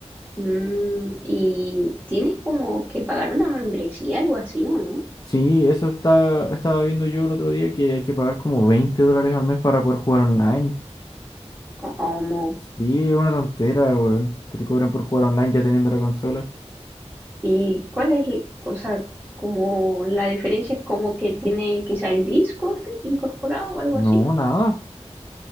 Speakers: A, on the right; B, on the left.
A: Mm, ¿y tienes como que pagar una membresía, algo así, o no?
B: Sí, eso está, estaba viendo yo el otro día que hay que pagar como 20 dólares al mes para poder jugar online.
A: Como,
B: Sí, es una tontera, weón. Que te cobren por jugar online ya teniendo la consola.
A: ¿y cuál es, el- o sea, como la diferencia es como que tiene quizá el Discord incorporado o algo
B: No,
A: así?
B: nada.